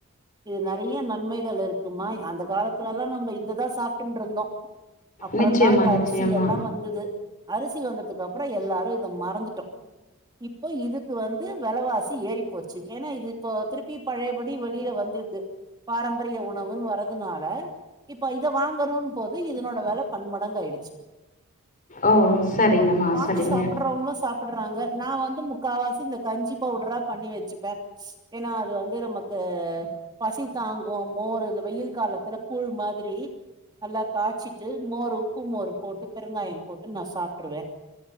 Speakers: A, on the right (about 20°); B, on the left (about 35°).
A: இது நறையா நன்மைகள் இருக்குமா அந்த காலத்துலல்லா நம்ம இததா சாப்ட்டுண்டு இருந்தோ அப்பறந்தா
B: நிச்சயமா
A: இந்த
B: நிச்சயமா
A: அரிசி எல்லா வந்தது அரிசி வந்ததுக்கு அப்புற எல்லாரும் இத மறந்துட்டோ இப்ப இதுக்கு வந்து வெலவாசி ஏறிப்போச்சு ஏன்னா இது இப்போ திருப்பி பழையபடி வெளில வந்துருக்கு பாரம்பரிய உணவுன்னு வர்றதுனால இப்ப இத வாங்கணுன் போது இதனோட வெல பண்மடங்காயிடுச்சு
B: ஓ சரிங்கம்மா
A: வாங்கி
B: சரிங்க
A: சாப்பட்றவங்களும் சாப் படுறாங்க நா வந்து முக்காவாசி இந்த கஞ்சி பவுடரா பண்ணி வச்சுப்பே ஏன்னா அது வந்து நமக்கு பசி தாங்கு மோர் இந்த வெயில் காலத்துல கூழ் மாதிரி நல்லா காய்ச் சிட்டு மோர் உப்பு மோர் போட்டு பெருங்காயம் போட்டு நா சாப்ட்ருவே